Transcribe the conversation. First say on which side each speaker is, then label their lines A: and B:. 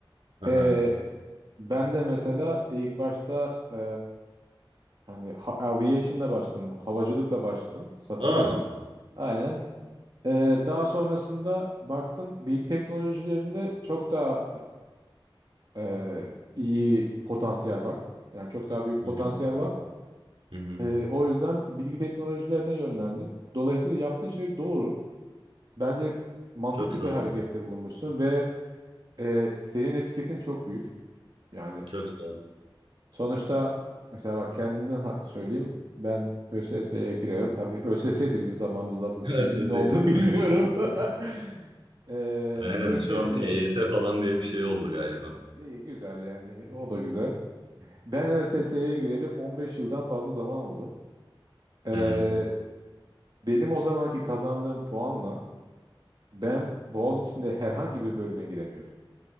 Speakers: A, on the right; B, on the right.
A: Aha.
B: E, Ben de mesela ilk başta e, hani ha- aviation'la başladım. Havacılıkla başladım satışa.
A: Aa.
B: Aynen. E, daha sonrasında baktım bilgi teknolojilerinde çok daha e, e, iyi potansiyel var. Yani çok daha büyük
A: Hı
B: potansiyel
A: hı.
B: var.
A: Hı hı.
B: E, o yüzden bilgi teknolojilerine yönlendim. Dolayısıyla yaptığın şey doğru. Bence mantıklı
A: Çok sağ
B: bir
A: ol.
B: harekette bulunmuşsun ve e, senin etiketin çok büyük. Yani
A: Çok sağ ol.
B: Sonuçta mesela bak kendimden ha- söyleyeyim. Ben ÖSS'ye gireli tabii ÖSS'ydi bizim zamanımızda adı.
A: <laughs>
B: Şimdi
A: ÖSS'ydi
B: ne oldu
A: değil
B: <laughs> bilmiyorum.
A: mi? <laughs>
B: <laughs> Ee,
A: Aynen
B: ÖSS
A: şu an T Y T falan diye bir şey oldu galiba.
B: iyi güzel yani o da güzel. Ben ÖSS'ye gireli 15 yıldan fazla zaman oldu. Ee,
A: Hı hı.
B: Hmm. benim o zamanki kazandığım puanla ben Boğaziçi'nde herhangi bir bölüme giremiyordum.